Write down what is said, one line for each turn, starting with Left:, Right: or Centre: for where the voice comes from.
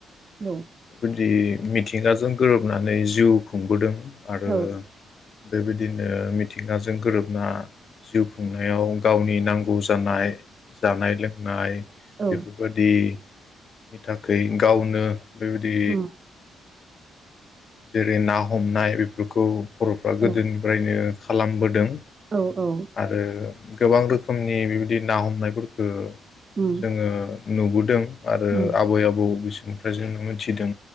Right: न'
Left: दि मिद मिथिगाजों गोरोबनानै जिउ खुंबोदों। आरो
Right: औ
Left: बेबायदिनो मिथिंगाजों गोरोबना जिउ खुंनायाव गावनि नांगौ जानाय। जानाय लोंनाय
Right: औ
Left: बेफोरबायदि
Right: औ
Left: नि थाखाय गावनो बेबायदि
Right: उम
Left: जेरै ना हमनाय बेफोरखौ बर'फ्रा गोदोनिफ्रायनो
Right: औ
Left: खालामबोदों
Right: औ औ
Left: आरो गोबां रोखोमनि बिबायदि ना हमनायफोरखौ
Right: उम
Left: जोङो नुबोदों आरो
Right: उम
Left: आबै आबौ बिसोरनिफ्राय जों मिथिदों